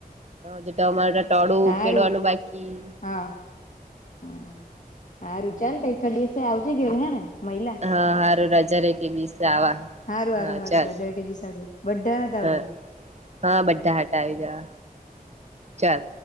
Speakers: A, on the right; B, on the left.
A: જ તો અમારે ટળું
B: હારું
A: ખેડવાનું બાકી
B: હા હા સારું ચાલ ર ખ દસે આવજે ગે હે ને મહિલા
A: હા સારું રજા ર કે બીસે આવા
B: સારું સારું
A: હા
B: સારું
A: ચાલ
B: રજા એટી દિશાજ બધા હતા
A: હા
B: આવજો
A: હા બધા હટાવી જવા ચાલ